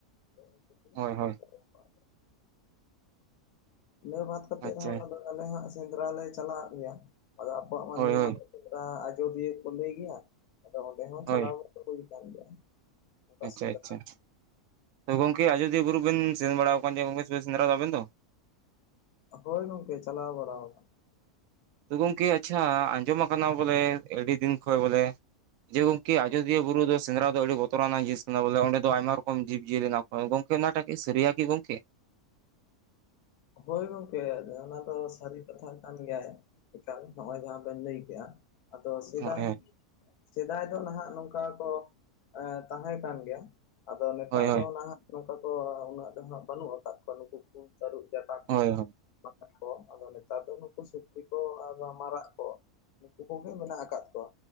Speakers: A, on the left; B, on the right.
A: ᱟᱫᱚ ᱩᱱᱠᱩ ᱠᱚ ᱞᱮ
B: ᱦᱳᱭ
A: ᱥᱮᱫᱽᱨᱟ
B: ᱦᱳᱭ
A: ᱵᱟᱲᱟ ᱠᱚᱣᱟ ᱤᱱᱟᱹ ᱵᱟᱫᱽ ᱠᱟᱛᱮᱫ
B: ᱟᱪᱪᱷᱟ
A: ᱦᱚᱸ ᱟᱫᱚ ᱟᱞᱮ ᱦᱟᱸᱜ ᱥᱮᱸᱫᱽᱨᱟ ᱞᱮ ᱪᱟᱞᱟᱜ ᱜᱮᱭᱟ ᱾ ᱟᱫᱚ ᱟᱵᱚᱣᱟᱜ
B: ᱦᱳᱭ ᱦᱳᱭ
A: <inaudible> ᱟᱡᱚᱫᱤᱭᱟᱹ ᱠᱚ ᱞᱟᱹᱭ ᱜᱮᱭᱟ ᱟᱫᱚ ᱚᱸᱰᱮ ᱦᱚᱸ
B: ᱦᱳᱭ
A: ᱪᱟᱞᱟᱣ ᱦᱳᱭ, ᱠᱟᱱ ᱜᱮᱭᱟ ᱚᱱᱠᱟ
B: ᱟᱪᱪᱷᱟ
A: ᱥᱮᱸᱫᱽᱨᱟ
B: ᱟᱪᱪᱷᱟ ᱛᱚ ᱜᱚᱢᱠᱮ ᱟᱡᱚᱫᱤᱭᱟᱹ ᱵᱩᱨᱩ ᱵᱮᱱ ᱥᱮᱱ ᱵᱟᱲᱟ ᱟᱠᱟᱱ ᱜᱮᱭᱟ ᱜᱚᱢᱠᱮ ᱥᱮ ᱥᱮᱸᱫᱽᱨᱟ ᱛᱟᱵᱮᱱ ᱫᱚ?
A: ᱦᱳᱭ ᱜᱚᱢᱠᱮ ᱪᱟᱞᱟᱣ ᱵᱟᱲᱟᱣ ᱟᱠᱟᱱᱟᱹᱧ ᱾
B: ᱛᱚ ᱜᱚᱢᱠᱮ ᱟᱪᱪᱷᱟ ᱟᱸᱡᱚᱢᱟ ᱠᱟᱱᱟ ᱵᱚᱞᱮ ᱟᱹᱰᱤ ᱫᱤᱱ ᱠᱷᱚᱡ ᱵᱚᱞᱮ ᱡᱮ ᱜᱚᱢᱠᱤ ᱟᱡᱚᱫᱤᱭᱟᱹ ᱵᱩᱨᱩ ᱫᱚ ᱥᱮᱸᱫᱽᱨᱟ ᱫᱚ ᱟᱹᱰᱤ ᱵᱚᱛᱚᱨᱟᱱᱟᱜ ᱡᱤᱱᱤᱥ ᱠᱟᱱᱟ ᱵᱚᱞᱮ ᱚᱸᱰᱮ ᱫᱚ ᱟᱭᱢᱟ ᱨᱚᱠᱚᱢ ᱡᱤᱵᱽ ᱡᱤᱭᱟᱹᱞᱤ ᱦᱮᱱᱟ ᱠᱚ ᱦᱳᱭ ᱜᱚᱢᱠᱮ <inaudible> ᱜᱚᱢᱠᱮ?
A: ᱦᱳᱭ ᱜᱚᱢᱠᱮ ᱚᱱᱟ ᱫᱚ ᱥᱟᱹᱨᱤ ᱠᱟᱛᱷᱟ ᱠᱟᱱ ᱜᱮᱭᱟ ᱾ ᱮᱠᱟᱞ ᱱᱚᱜᱼᱚᱭ ᱡᱟᱦᱟᱸ ᱵᱮᱱ ᱞᱟᱹᱭ ᱠᱮᱜᱼᱟ ᱟᱫᱚ ᱥᱮᱫᱟᱭ
B: ᱦᱳᱭ
A: ᱥᱮᱫᱟᱭ ᱫᱚ ᱱᱟᱦᱟᱜ ᱱᱚᱝᱠᱟ ᱠᱚ ᱮᱸ ᱛᱟᱦᱮᱸ ᱠᱟᱱ ᱜᱮᱭᱟ᱾ ᱟᱫᱚ ᱱᱮᱛᱟᱨ
B: ᱦᱳᱭ ᱦᱳᱭ
A: ᱫᱚ ᱱᱟᱦᱟᱜ ᱱᱚᱝᱠᱟ ᱠᱚ ᱩᱱᱟᱹᱜ ᱫᱚ ᱦᱟᱸᱜ ᱵᱟᱹᱱᱩᱜ ᱟᱠᱟᱫ ᱠᱚᱣᱟ ᱱᱩᱠᱩ - ᱠᱩᱞ, ᱛᱟᱨᱩᱵ ᱴᱟ ᱠᱚ
B: ᱦᱳᱭ
A: <unintelligible> ᱠᱚ ᱟᱫᱚ ᱱᱮᱛᱟᱨ ᱫᱚ ᱱᱩᱠᱩ ᱥᱩᱠᱨᱤ ᱠᱚ ᱟᱨ ᱢᱟᱨᱟᱜ ᱠᱚ ᱱᱩᱠᱩ ᱠᱚ ᱜᱮ ᱢᱮᱱᱟᱜ ᱟᱠᱟᱫ ᱠᱚᱣᱟ᱾